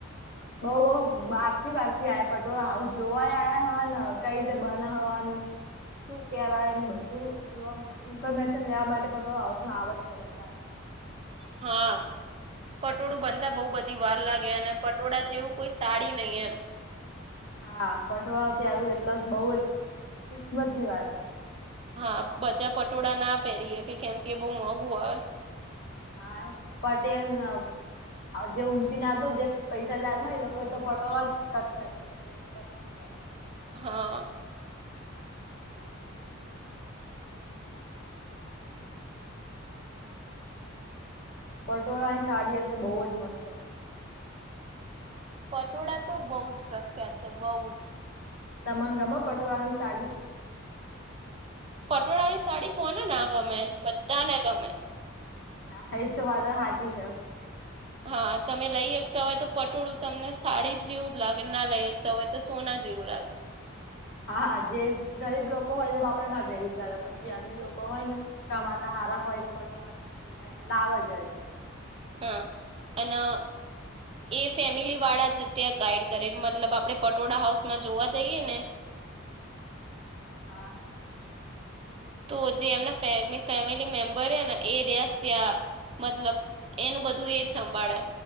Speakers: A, on the left; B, on the right.
A: બઉ બઉ બહાર થી બાર થી આયા પટોળ જોવાય આવ્યા હ ને કઈ રીતે બને હ ને શું કેવાય ને બધું જોવા ઇન્ફોર્મેશન લેવા માટે પણ હાઉસમાં આવે જ છે, બધા જ
B: હા પટોળું બનતા બહુ બધી વાર લાગે અને પટોળા જેવું કોઈ સાડી નહીં એમ
A: હા, પઠવા તારું એટલા બહ જ કિસ્મત ની વાત
B: હા, બધા પટોળા ના પહેરીએ કે કેમ કે બહુ મોંઘું આવે
A: હા, એમાં પટેલ ન જે ઊંચી ના હતો જે પૈસાદાર એ લોકોએ તો પટોળ જ રાખ્યા હતો, પસંદ કરે
B: હા
A: પટોળ ની સાડી એટલે બઉ જ મસ્ત હોય,
B: પટોળા તો બઉ જ પ્રખ્યાત છે, બહઉ જ
A: તમ ગમ પટોળાની સાડી.
B: પટોળાની સાડી કોને ને ગમે બધા ને ગમે.
A: હા, હ તો વાદ હાથી છે.
B: હા, તમે લઈ શતા હોય તો પટોળું તમને સાડી જેવું જ લાગે ના લઈ શકતા હોય તો સોના જેવું લાગે
A: હા, હા જે ગરીબ લોકો હોય તો બાપડે નાભેરી કરે પણ ગ્રામીણ લોકો હોય ને ટમાટા સારા હોય ને પટોળા લાવવા જ હોય તો
B: હા, અને એ ફેમિલી વાળા જ ત્યાં ગાઈડ કરે મતલબ આપડે પટોળા હાઉસમાં જોવા જઈએ, ને
A: હા.
B: તો જે એમના ફેમિલી મેમ્બર હે ને એ ર્યાસ ત્યાં. મતલબ એનું બધું એજ સંભાળે.